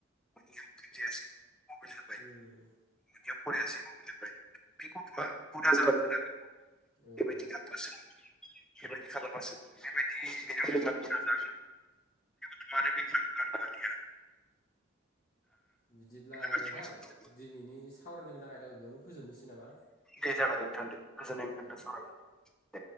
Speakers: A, in the centre; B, on the left.
A: मबाइल <unintelligible>
B: ओम
A: याव फरायासै मबाइल बे गथ'आ हुदा जालांगोन आरो
B: औ
A: बेबायदि
B: औ
A: खालाम बेबायदि खालामबासो बेबायदि बेाव जोंब्लाबो नांजागोन मे बेलि <unintelligible>
B: बिदिब्ला
A: बेबायदिनो
B: नोंथां दिनैनि सावरायनो गोनां आयदाखौ बेयावनो फोजोबनोसै नामा
A: दे जागोने नोंथां दे गोजोननाय मोनदों
B: औ
A: नोंथां सावरायनानै
B: औ
A: दे